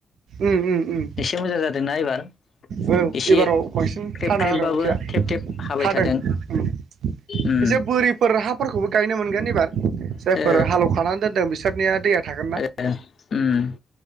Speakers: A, on the right (about 80°); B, on the left (about 55°).
A: उम उम उम
B: एसे मोजां जादोंना एबार
A: औ
B: एसे
A: एबाराव बांसिन
B: ख्रेब
A: थाना
B: ख्रेबबाबो
A: आरो अखाया
B: थेब थेब हाबाय
A: हादों
B: थादों
A: उम
B: उम
A: एसे बोरि फोर हाफोरखौबो गायनो मोनगोन एबार जायफोर
B: ओ
A: हालेवखानानै दोनदों बिसोरनिया दैया थागोन ना
B: ए उम